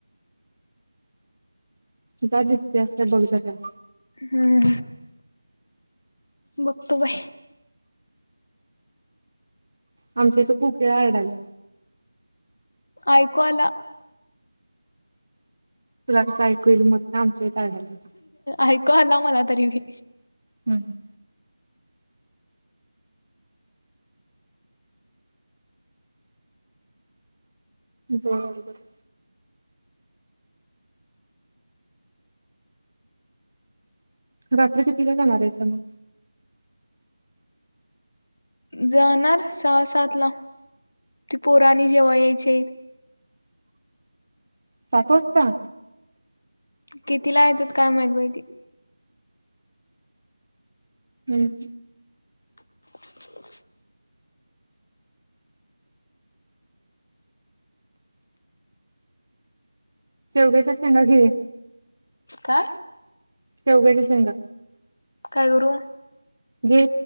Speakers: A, on the right (about 40°); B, on the left (about 45°).
A: जा दिसते असल्या बघ जा खाली.
B: हूं बघतो बाय
A: आमच्या इथं कुकीळ्या आरंडाल्या.
B: काय कू आला?
A: तुला असं ऐकू येईल म्हणून आमच्या इथं आरडाईला होती.
B: ऐकु आला माला तरी बी.
A: हम्. बर बर रात्री क तिला जाणार आहे स मग.
B: जाणार सहा सात ला त पुोराणी जेव यायच्या.
A: सात वाजता.
B: कितीला येतात काय माहित बाहिती.
A: हम्म.
B: हो.
A: तेेवगेच ना घिर.
B: का?
A: तेव काय का सांगा.
B: काय करू.
A: घे.